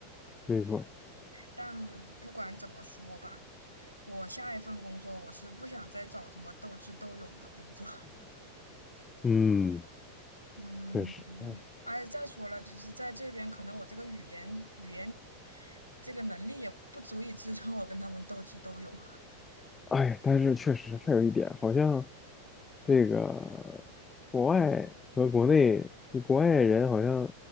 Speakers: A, on the left; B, on the right.
A: 没错，
B: 但不管怎么说吧，我下一份工作我是不想再找这么斗智斗勇的工作，
A: 嗯，
B: <laughs> 嗯，
A: 确实，嗯
B: 而且再说了，只是在这边可能我这个语言语言这个能力也不足以支撑我跟他们斗智斗勇，
A: 哎，但是确实还有一点，好像这个国外和国内，就国外人好像